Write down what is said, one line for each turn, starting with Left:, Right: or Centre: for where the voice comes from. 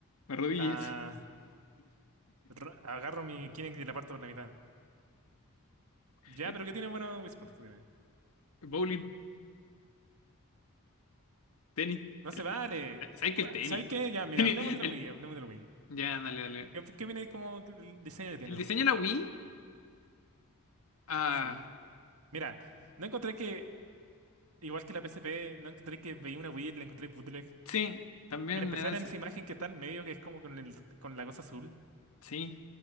Left: me arrodillé.
Right: Ah, ra- agarro mi Kinect y la parto por la mitad.
Left: <laughs>
Right: Ya, pero ¿qué tiene bueno Wii Sports? Dime.
Left: Bowling. Tenis.
Right: No
Left: El
Right: se vale.
Left: te- ¿Sabes
Right: Pu-
Left: qué? El tenis.
Right: ¿Sabes qué? Ya,
Left: <laughs>
Right: mira,
Left: Tenis,
Right: hablemos de la
Left: el-
Right: Wii, hablemos de la Wii.
Left: Ya, dale, dale.
Right: ¿Qué, qué viene como el diseño que tiene
Left: El diseño
Right: el Wii?
Left: de la Wii. Ah,
Right: Sí. Mira, no encontré que, igual que la PSP, no encontré que veía una Wii y la encontré bootleg.
Left: sí, también
Right: En especial
Left: me da esa-
Right: en esa imagen que está al medio, que es como con el, con la cosa azul.
Left: Sí.